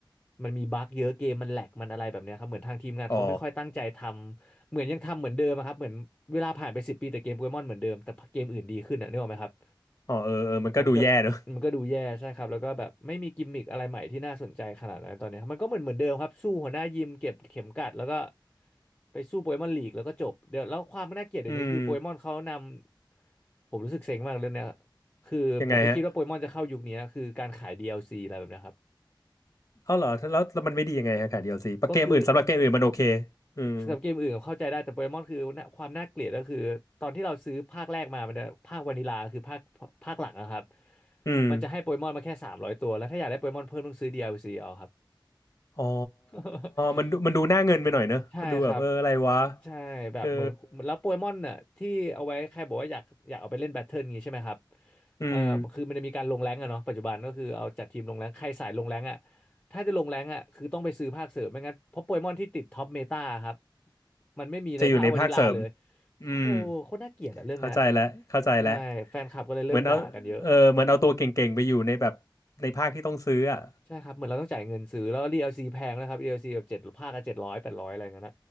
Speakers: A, on the left; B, on the left.
A: มันมีบั๊กเยอะเกมมันแหลกมันอะไรแบบเนี้ยครับเหมือนทางทีมงานเขาไม่ค่อยตั้งใจทำเหมือนยังทำเหมือนเดิมอะครับเหมือนเวลาผ่านไปสิบปีแต่เกมโปเกมอนเหมือนเดิมแต่เกมอื่นดีขึ้นอะนึกออกไหมครับ
B: อ๋ออ๋อเออเออมันก็ดูแย่เนอะ
A: มันก็มันก็ดูแย่ใช่ครับแล้วก็แบบไม่มีกิมมิคอะไรใหม่ที่น่าสนใจขนาดนั้นตอนนี้ครับมันก็เหมือนเหมือนเดิมครับสู้หัวหน้ายิมเก็บเข็มกัดแล้วก็ไปสู้โปเกมอนลีกแล้วก็จบเดี๋ยวแล้วความน่าเกลียดเดี๋ยวนี้คือโปเกมอนเขาน
B: อืม
A: ำผมรู้สึกเซ็งมากเรื่องเนี้ยคือผมไม่คิดว่าโปเกมอนจะเข้ายุคนี้คือการขาย
B: ยังไงฮะ
A: DLC อลซีอะไรแบบเนี้ยครับ
B: เอาเหรอแล้วแล้วมันไม่ดียังไงฮะค่ะ DLC ปะเกมอื่นสำหรับเกมอื่นมันโอเค
A: ก็คือ
B: อืม
A: สำหรับเกมอื่นเข้าใจได้แต่โปเกมอนคือน่ะความน่าเกลียดก็คือตอนที่เราซื้อภาคแรกมามันจะภาควานิลาคือภาคภาคหลังนะครับ
B: อืม
A: มันจะให้โปเกมอนมาแค่สามร้อยตัวแล้วถ้าอยากได้โปเกมอนเพิ่มต้องซื้อ DLC เอาครับ
B: อ๋อ
A: <laughs>
B: มันดูมันดูหน้าเงินไปหน่อยเนอะมันดูแบบเอออะไรวะ
A: ใช่ครับใช่แบบเหมือนเหมือนแล้วโปเกมอนน่ะที่เอาไว้ใครบอกว่าอยากอยากเอาไปเล่นแบทเทิลงี้ใช่ไหมครับ
B: เอออืม
A: เอ่อคือมันจะมีการลงแรงก์อะเนาะปัจจุบันก็คือเอาจัดทีมลงแรงก์ใครสายลงแรงก์อะถ้าจะลงแรงก์อะคือต้องไปซื้อภาคเสริมไม่งั้นเพราะโปเกมอนที่ติดท็อปเมตาครับมันไม่มีในภาควานิลาเลย
B: จะอยู่ในภาคเสริม
A: โอ้โหโคตรน่าเกลียดอะเรื่องเนี้ย
B: อืม เข้าใจแล้วเข้าใจแล้ว
A: ใช่แฟนคลับก็เลยเริ่มด่ากันเยอะ
B: เหมือนเอา เออ เหมือนเอาตัวเก่งๆไปอยู่ในแบบ ในภาคที่ต้องซื้ออ่ะ
A: ใช่ครับเหมือนเราต้องจ่ายเงินซื้อแล้ว d ซีแพงนะครับ d ซีแบบเจ็ดภาคก็เจ็ดร้อยแปดร้อยอะไรเงี้ย